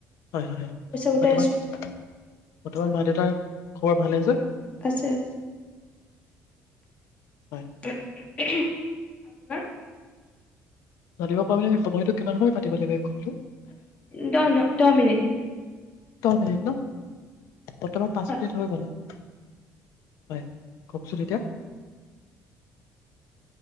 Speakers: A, on the left; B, on the left.
A: হয় হয়
B: গোটাই
A: বৰ্তমান
B: আছো
A: বৰ্তমান মা দেউতাৰ খবৰ ভালে আছে
B: আছে আছে।
A: হয়।
B: <inaudible> আপোন
A: জানিব পাৰিলে সময়টো কিমান সময় পাতিব লাগিব। কলটো?
B: দহ ন দহ মিনিট
A: ত প ন <inaudible> বৰ্তমান পাঁচ
B: হয়
A: মিনিট হৈ গ'ল। হয় কওকচোন এতিয়া